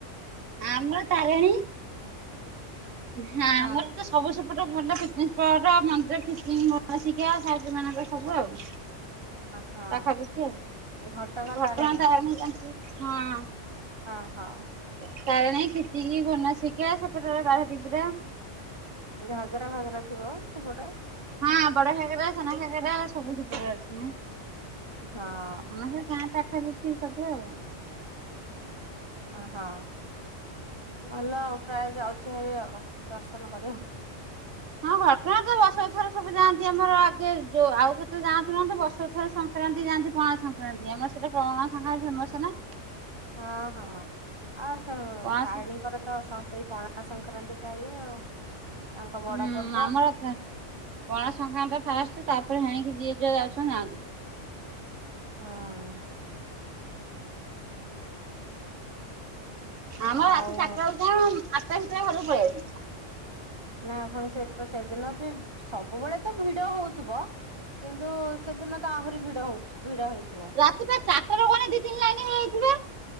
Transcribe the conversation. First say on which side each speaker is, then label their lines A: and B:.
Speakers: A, on the right; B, on the right.
A: ଆମର ତାରିଣୀ। ହାଁ ଆମର
B: ଅ
A: ତ ସବୁ ଟେ ଭଲ ପିକନିକ୍ ସ୍ପଟ ମନ୍ଦିର ଫ ଶିକା ସା୍ରୀ ମାନଙ୍କର ସବୁ ଆଉ। ହଁ
B: ହଁ
A: ପାଖାପୁଖି ଆଉ
B: ଘଟଗାଁ ତାରିଣୀ
A: ଘଟଙ୍ଗାଟା ତ <unintelligible>
B: ହଁ ହଉ।
A: କାରଣ କିଚିଙ୍ଗ୍ ବୋନଶିକା ସେପଟେ ବାହାରା ଟିପ୍ ରା।
B: ଘାଗରା ଫାଗରା ଥିବ ସେପଟେ।
A: ହଁ ବଡଘାଗରା ସାନ ଘାଗରା ସବୁ ସେପଟରେ ଅଛି ନାଁ।
B: ହଁ
A: ଆମର ଗାଁ ପାଖାପାଖି ସବୁ ଆଉ।
B: ଓହୋ ଭଲ ଆଉ ପ୍ରାୟ ଯାଉଛି ହେରି ଆଉ ଦର୍ଶନ କରିବ।
A: ହଁ ଘଟଣା ତ ବର୍ଷ ଥର ସବୁ ଯାଆନ୍ତି ଆମର ଆଗେ ଯୋଉ ଆଉ ତ ଯାଆନ୍ତୁ ନାହା ତ ବର୍ଷ ଥରେ ସଂକ୍ରାନ୍ତି ଯାଆନ୍ତି ପଣା ସଂକ୍ରାନ୍ତି ଆମର ସେଟ ପଣା ସଂକ୍ରାନ୍ତି ଫେମସନା।
B: ହଁ ହଁ ଆଉ ସ
A: ପଣା
B: ତାରିଣୀଙ୍କର
A: ସଂ
B: ତ ସେଇ ପଣା ସଂକ୍ରାନ୍ତି ଟା ଇଏ ଆଉ। ତାଙ୍କ ବଡ
A: ହୁଁ
B: ପର୍ବ
A: ଆମର ତ ପଣା ସଂକ୍ରାନ୍ତି ଫାଷ୍ଟ ତାପରେ ହେଣିକି ଯିଏ ଯୁଆଡେ ଯାଉଚନ୍ତି ଥାନ୍ତୁ।
B: ହଁ
A: ଆମର
B: ଆଉ
A: ରାତି ଚାରିଟା ବ ଯ ଆଠଟା ଭିତରେ ଘର ପଳେଇ ଆସିବ।
B: ନା ପଣି ସେ ସେଦିନ ବି ସବୁବେଳେ ତ ଭିଡ ହଉଥିବ। କିନ୍ତୁ ସେଦିନ ତ ଆହୁରି ଭିଡ ହଉ ଭିଡ ହେଇଥିବ।
A: ରାତି ପା ଚାରିଟା ରେ ଗଲେ ଦି ତିନ ଲାଗ ହେଇଯାଇଥିବେ